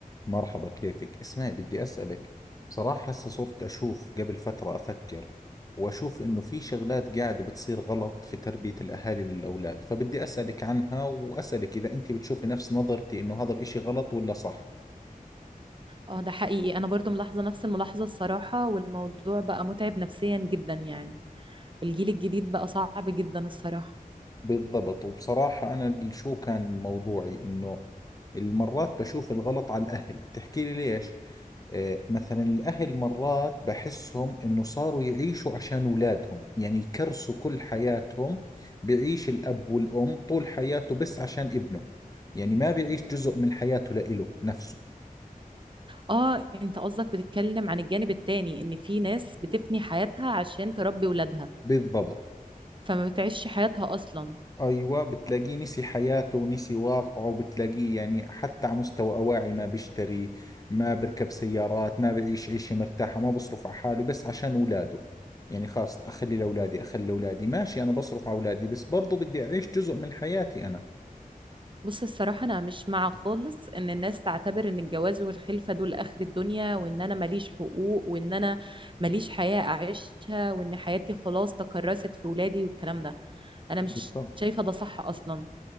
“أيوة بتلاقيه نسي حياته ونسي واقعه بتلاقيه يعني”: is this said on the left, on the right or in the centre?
Left